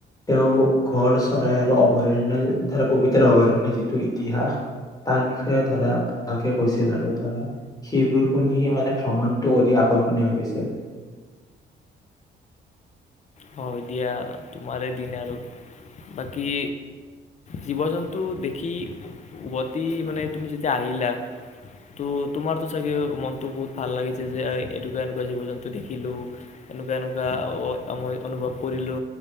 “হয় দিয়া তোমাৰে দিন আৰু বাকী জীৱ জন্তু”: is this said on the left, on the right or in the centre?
Left